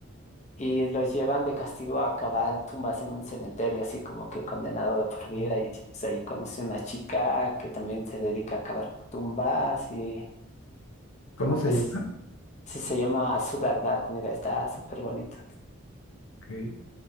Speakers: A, on the left; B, on the left.
A: y los llevan de castigo a cavar tumbas en un cementerio, así como que condenado de por vida.
B: Mm.
A: Y pues, ahí conoce una chica que también se dedica a cavar tumbas y
B: ¿Cómo
A: como
B: se
A: que s-
B: llama?
A: sí se llama Sugar Dark, mira, está súper bonito.
B: Ok.